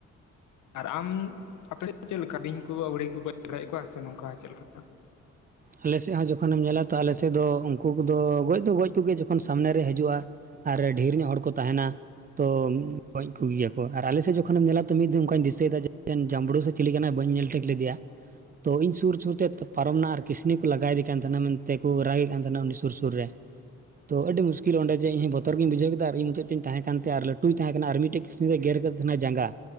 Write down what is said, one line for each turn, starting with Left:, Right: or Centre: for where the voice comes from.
Left: ᱟᱨ ᱟᱢ ᱟᱯᱮ ᱥᱮᱜ ᱪᱮᱜ ᱞᱮᱠᱟ ᱵᱤᱧ ᱠᱚ ᱟᱹᱣᱲᱤ ᱠᱚ ᱜᱚᱡ ᱵᱟᱲᱟᱭ ᱮᱫ ᱠᱚᱣᱟ ᱥᱮ ᱱᱚᱝᱠᱟ ᱪᱮᱫ ᱞᱮᱠᱟ?
Right: ᱟᱞᱮ ᱥᱮᱜ ᱦᱟᱸᱜ ᱡᱚᱠᱷᱚᱱ ᱮᱢ ᱧᱮᱞᱟ ᱛᱚ ᱟᱞᱮ ᱥᱮᱫ ᱫᱚ ᱩᱱᱠᱩ ᱠᱚᱫᱚ ᱜᱚᱡ ᱫᱚ ᱜᱚᱡ ᱠᱚ‌ᱜᱮᱭᱟ ᱡᱚᱠᱷᱚᱱ ᱥᱟᱢᱱᱮ ᱨᱮ ᱦᱤᱡᱩᱜᱼᱟ ᱟᱨ ᱰᱷᱤᱨ ᱧᱚᱜ ᱦᱚᱲ ᱠᱚ ᱛᱟᱦᱮᱱᱟ ᱛᱚ ᱜᱚᱡ ᱠᱚ ᱜᱮᱭᱟ ᱠᱚ ᱟᱨ ᱟᱞᱮ ᱥᱮᱫ ᱡᱚᱠᱷᱚᱱ ᱮᱢ ᱧᱮᱞᱟ ᱛᱚ ᱢᱤᱜ ᱫᱚᱢᱠᱟᱧ ᱫᱤᱥᱟᱹᱭ ᱫᱟ ᱡᱮ ᱢᱤᱴᱮᱱ ᱡᱟᱢᱵᱽᱲᱩ ᱥᱮ ᱪᱤᱞᱤᱠ ᱠᱟᱱᱟᱭ ᱵᱟᱹᱧ ᱧᱮᱞ ᱴᱷᱤᱠ ᱞᱮᱫᱮᱭ-ᱟ ᱛᱚ ᱤᱧ ᱥᱩᱨ ᱥᱩᱨ ᱛᱮ ᱯᱟᱨᱚᱢ ᱱᱟ ᱟᱨ ᱩᱱᱤ ᱠᱚ ᱞᱟᱜᱟᱭ ᱥᱮ ᱠᱟᱱ ᱛᱦᱮᱱᱟ ᱢᱮᱱ ᱛᱮ ᱠᱚ ᱨᱟᱜ ᱮᱫ ᱠᱟᱱ ᱛᱟᱦᱮᱱᱟ ᱩᱱᱤ ᱥᱩᱨ ᱥᱩᱨ ᱨᱮ ᱛᱚ ᱟᱹᱰᱤ ᱢᱩᱥᱠᱤᱞ ᱚᱸᱰᱮ ᱡᱮ ᱤᱧ ᱵᱚᱛᱚᱨ ᱜᱤᱧ ᱵᱩᱡᱷᱟᱹᱣ ᱠᱮᱫᱟ ᱟᱨ ᱤᱧ ᱦᱚᱛᱚᱡ ᱛᱤᱧ ᱛᱟᱦᱮᱸ ᱠᱟᱱ ᱛᱮ ᱟᱨ ᱞᱟᱹᱴᱩᱭ ᱛᱟᱦᱮᱸ ᱠᱟᱱᱟ ᱟᱨ ᱢᱤᱫ‌ ᱴᱮᱡ ᱠᱤᱥᱱᱤ ᱜᱮᱨ ᱠᱟᱫᱮ ᱛᱟᱦᱮᱱᱟ ᱡᱟᱸᱜᱟ